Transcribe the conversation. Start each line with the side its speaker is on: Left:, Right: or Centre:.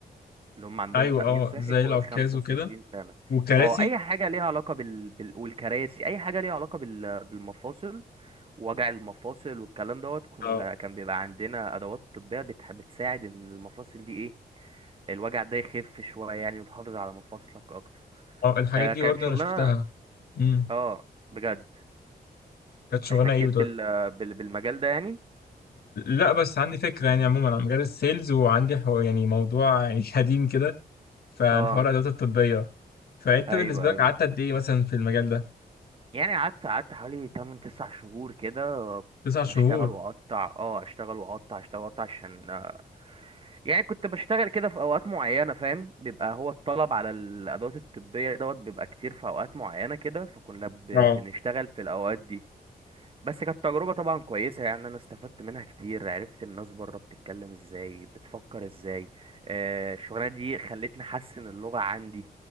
Right: اللي هم عندهم
Left: ايوه
Right: تأمين
Left: اه
Right: صحي
Left: زي
Right: فوق
Left: العكاز
Right: ال 65
Left: وكده
Right: سنة
Left: والكراسي
Right: اه اي حاجة ليها علاقة بال... بال... والكراسي اي حاجة ليها علاقة بال... بالمفاصل وجع المفاصل والكلام دوت كنا
Left: اه
Right: كان بيبقى عندنا ادوات طبية بتح... بتساعد ان المفاصل دي ايه الوجع ده يخف شوية يعني وتحافظ على مفاصلك اكتر
Left: اه الحاجات
Right: آه
Left: دي
Right: كانت
Left: برضه
Right: شغلانة
Left: انا شفتها امم
Right: اه بجد
Left: كانت شغلانه
Right: احتكيت
Left: ايه
Right: بال... بال... بالمجال ده يعني
Left: لا بس عندي فكرة يعني عموما عن مجال السيلز وعندي حو يعني موضوع يعني <laughs> قديم كده فعن
Right: اه
Left: حوار الأدوات الطبية فأنت
Right: ايوه
Left: بالنسبة لك
Right: ايوه
Left: قعدت قد إيه مثلا في المجال ده؟
Right: يعني قعدت قعدت حوالي 8 9 شهور كده
Left: تسع شهور
Right: بشتغل واقطع اه اشتغل واقطع اشتغل واقطع عشان آه، يعني كنت بشتغل كده في اوقات معينه فاهم بيبقى هو الطلب على الادوات الطبيه دوت بيبقى كتير في اوقات معينه كده فكنا ب...
Left: اه
Right: بنشتغل في الاوقات دي بس كانت تجربه طبعا كويسه يعني انا استفدت منها كتير عرفت الناس بره بتتكلم ازاي بتفكر ازاي آه، الشغلانه دي خلتني احسن اللغه عندي